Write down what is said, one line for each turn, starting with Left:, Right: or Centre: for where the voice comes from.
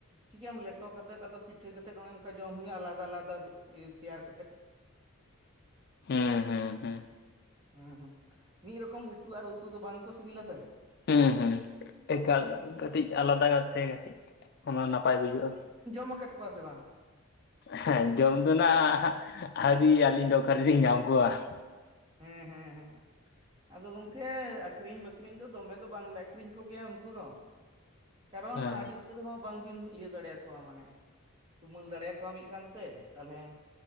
Right: ᱪᱤᱠᱟᱹᱭᱟᱢ ᱞᱮᱴᱚ ᱠᱟᱛᱮᱫ ᱟᱫᱚ ᱯᱤᱴᱷᱟᱹ ᱠᱟᱛᱮᱫ ᱚᱱᱮ ᱚᱱᱠᱟ ᱡᱚᱢ ᱦᱩᱭᱩᱜ-ᱟ, ᱟᱞᱟᱫᱟ ᱟᱞᱟᱫᱟ ᱤᱭᱟᱹ ᱛᱮᱭᱟᱨ ᱠᱟᱛᱮᱫ᱾
Left: ᱦᱩᱸ ᱦᱩᱸ ᱦᱩᱸ
Right: ᱦᱩᱸ ᱦᱩᱸ, ᱢᱤᱫ ᱨᱚᱠᱚᱢ ᱩᱛᱩ ᱟᱨ ᱩᱛᱩ ᱫᱚ ᱵᱟᱝ ᱠᱚ ᱥᱤᱵᱤᱞᱟ ᱥᱮ ᱾
Left: ᱦᱩᱸ ᱦᱩᱸ ᱮᱠᱟᱞ ᱠᱟᱹᱴᱤᱡ ᱟᱞᱟᱫᱟ ᱠᱟᱛᱮ ᱠᱟᱹᱴᱤᱡ ᱚᱱᱟ ᱱᱟᱯᱟᱭ ᱵᱩᱡᱷᱟᱹᱜ-ᱟ ᱾
Right: <unintelligible> ᱠᱮᱫ ᱠᱚᱣᱟ ᱥᱮ ᱵᱟᱝ?
Left: ᱦᱮᱸ ᱡᱚᱢ ᱫᱚ ᱱᱟᱜ ᱟᱣᱨᱤ ᱟᱹᱞᱤᱧ ᱫᱚ ᱚᱠᱟ ᱨᱮᱞᱤᱧ ᱧᱟᱢ ᱠᱚᱣᱟ ᱾
Right: ᱦᱮᱸ ᱦᱮᱸ ᱦᱮᱸ ᱾ ᱟᱫᱚ ᱜᱚᱝᱠᱮ ᱟᱹᱠᱷᱨᱤᱧ ᱵᱟᱠᱷᱨᱤᱧ ᱫᱚ ᱫᱚᱢᱮ ᱫᱚ ᱵᱟᱝᱞᱮ ᱟᱠᱷᱨᱤᱧ ᱠᱚᱜᱮᱭᱟ ᱩᱱᱠᱩ ᱫᱚ ᱾ ᱠᱟᱨᱚᱱ
Left: ᱦᱮᱸ
Right: ᱟᱹᱰᱤ ᱩ ᱛᱟᱹᱨ ᱦᱚᱸ ᱵᱟᱝᱵᱤᱱ ᱤᱭᱟᱹ ᱫᱟᱲᱮᱭᱟᱠᱚᱣᱟ ᱢᱟᱱᱮ ᱛᱩᱢᱟᱹᱞ ᱫᱟᱲᱮᱭᱟᱠᱚᱣᱟ ᱢᱤᱫ ᱥᱟᱝᱛᱮ, ᱛᱟᱦᱚᱞᱮ